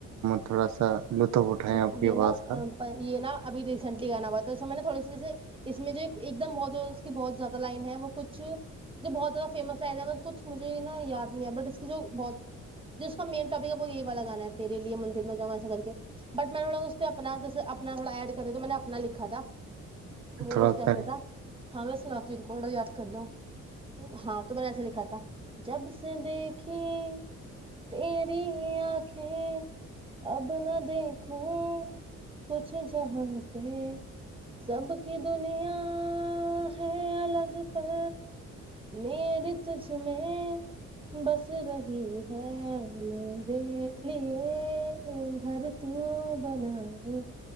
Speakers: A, on the right; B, on the right.
A: تھوڑا سا لطف اٹھائیں
B: نہیں
A: آپ کی
B: یہ
A: آواز
B: نا
A: کا
B: یہ نا ابھی ریسینٹلی گانا ہوا تو میں نے تھوڑی سی جیس اس میں جو ایک دم اس کی بہت زیادہ لائن ہے وہ کچ جو بہت زیادہ فیمس لائن ہے کچھ مجے نا یاد نہیں ہے بٹ اس کی جو بہت جو اس کا مین ٹاپک ہے وہ یہی والا گانا ہے تیرے لیے مندر میں جاما س کے بٹ میں تھوا اس اپنا اپنا تھوڑا ایڈ کر تو میں نے اپنا لکھا تھا وہ
A: تھوڑا
B: کیسے
A: کریں
B: تھا ہاں میں سناتی ہوں رکاڈ یاد کر لو ہاں تو میں نے ایسے لکھا تھا جب سے دیکھیھی تری آنکھیں اب نہ دیک ہوں کچھ جہاں پہ سب کی دنیا ہے الگ پر مری تجھ میں بس رہی ہے میرے لیے گھر تو بنائی